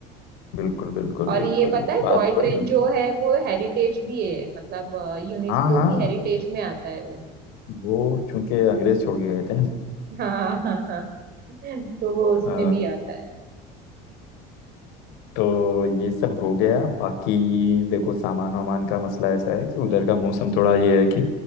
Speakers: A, on the left; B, on the right.
A: बिल्कुल बिल्कुल
B: और
A: बिल्कुल
B: ये पता है
A: बात
B: टॉय
A: बड़ी
B: ट्रेन जो है वो हेरिटेज भी है मतलब यूनेस्को
A: हाँ हाँ
B: की हेरिटेज में आता है वो
A: वो चूंकि अंग्रेज छोड़ के गए थे ना
B: हाँ हाँ हाँ तो वो उसमें
A: <laughs> अ,
B: भी आता है
A: तो ये सब हो गया बाकी देखो सामान वामान का मसला ऐसा है कि उधर का मौसम थोड़ा ये है कि